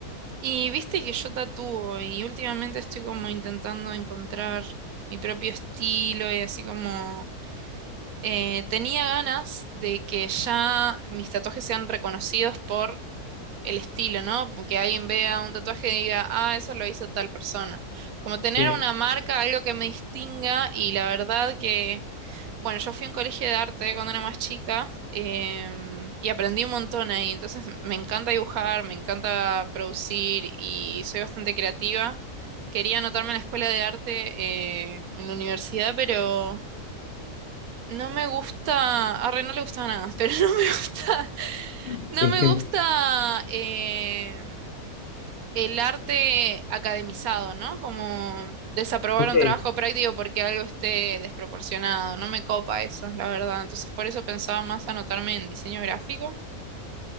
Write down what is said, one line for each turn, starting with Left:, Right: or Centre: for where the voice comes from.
Right: Y viste que yo tatúo y últimamente estoy como intentando encontrar mi propio estilo y así como Eh, tenía ganas de que ya mis tatuajes sean reconocidos por el estilo, ¿no? Que alguien vea un tatuaje y diga, ah, eso lo hizo tal persona. Como tener
Left: Eh,
Right: una marca, algo que me distinga y la verdad que, bueno, yo fui a un colegio de arte cuando era más chica em, y aprendí un montón ahí, entonces me encanta dibujar, me encanta producir y soy bastante creativa. Quería anotarme en la escuela de arte eh, en la universidad, pero... No me gusta, a no le gusta nada, <laughs> pero no me gusta,
Left: <laughs>
Right: no me gusta eh, el arte academizado, ¿no? Como desaprobar
Left: ok,
Right: un trabajo práctico porque algo esté desproporcionado, no me copa eso, la verdad. Entonces por eso pensaba más anotarme en diseño gráfico.